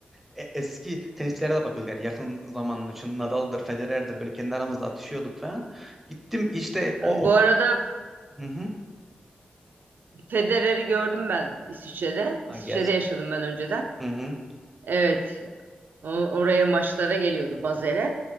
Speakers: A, in the centre; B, on the right.
A: e- eski tenisçilere de bakıyorduk. Yani yakın zamanın için Nadal'dır, Federer'dir böyle kendi aramızda atışıyorduk falan. Gittim işte o,
B: Bu
A: o...
B: arada
A: Hı hı.
B: Federer'i gördüm ben İsviçre'de. İsviçre'de
A: Ha, gerçek.
B: yaşadım ben önceden.
A: Hı hı.
B: Evet, o- oraya maçlara geliyordu Basel'e.